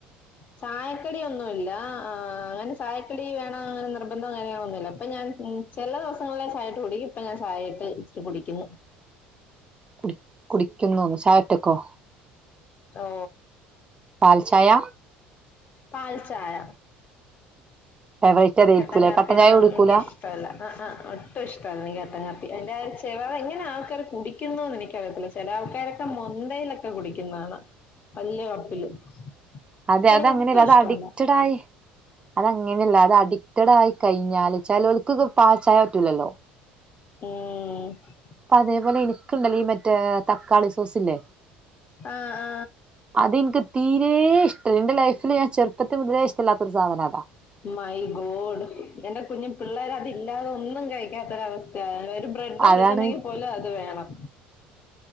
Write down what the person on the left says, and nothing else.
ചായക്കടിന്നുല്ല ആ അങ്ങനെ ചായക്കടി വേണന്ന് നിർബന്ധോ കാര്യങ്ങളൊന്നുല്ല ഇപ്പ ഞാൻ ചെല ദേവസങ്ങളെ ചായട്ട് കുടികും ഇപ്പ ഞൻ ചായ ചായട്ട് ഇട്ട് ഇച്ചിരി കുടിക്കുന്നു
ഓ
പാൽ ചായ.
കട്ടൻ കാപ്പിയൊന്നും
എനിക്ക് ഇഷ്ടല്ല ആ ആ ഒട്ടും ഇഷ്ടല്ല എനിക്ക് കട്ട കാപ്പി എന്റെ അച്ച <unintelligible> എങ്ങനെ ആൾക്കാര് കുടിക്കുന്നുന്ന് എനിക്കറിയത്തില്ല ചെല ആൾക്കാര് ക്കെ മോന്തയിലൊക്കെ കുടിക്കന്നാണാം. വല്ല്യ കപ്പില്.
പക്ഷെ
എനിക്ക് ഒട്ടും
ഇഷ്ടമല്ല
മ്
ആ ആ
മൈ ഗോഡ് എന്റെ കുഞ്ഞു പിള്ളേര് അതില്ലാതെ ഒന്നും കഴിക്കത്തൊരവസ്ഥയാ ബ്രെഡ് കൊടുക്കുന്നെങ്കി
പോലും അത് വേണം.